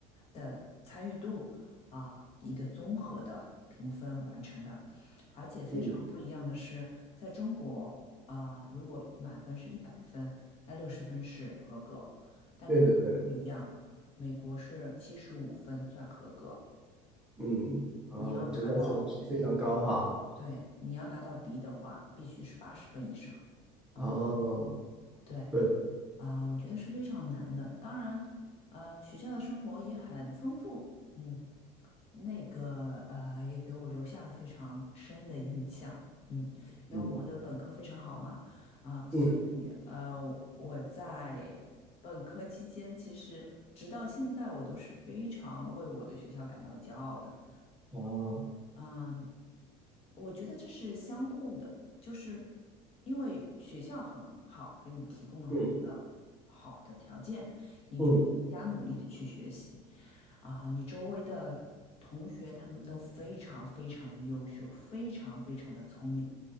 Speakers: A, on the left (about 40°); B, in the centre.
A: 的参与度啊一个综合的评分完成的。而且非常不一样的是，
B: 嗯，
A: 在中国啊，如果满分是一百分，那六十分是合格，但在美国不一样。
B: 对对对，
A: 美国是七十五分算合格，
B: 嗯，啊，
A: 你要嗯拿到，
B: 这要求是非常高哈，
A: 对，你要拿到 B 的话，必须是八十分以上。啊，
B: 哦，
A: 对
B: 对，
A: 啊，我觉得是非常难的。当然，呃，学校的生活也很丰富，嗯，那个呃，也给我留下了非常深的印象。嗯，因为我的本科非常好嘛，
B: 嗯
A: 啊，所以呃，
B: 嗯，
A: 我在本科期间，其实直到现在，我都是非常为我的学校感到骄傲的。
B: 啊，
A: 嗯，我觉得这是相互的，就是因为学校很好，给你提供了很多的好的条件，
B: 嗯
A: 你就会更加努力的去学习
B: 嗯
A: 啊，你周围的同学他们都非常非常的优秀，非常非常的聪明